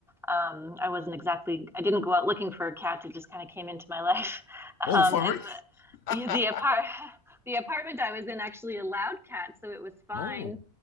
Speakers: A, in the centre; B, on the left.
A: Um, I wasn't exactly, I didn't go out looking for a cat. It just kind of came into my <laughs> life. Um,
B: Oh, for
A: and
B: real?
A: the,
B: <laughs>
A: yeah, the apart, <laughs> the apartment I was in actually allowed cats, so it was fine.
B: Oh,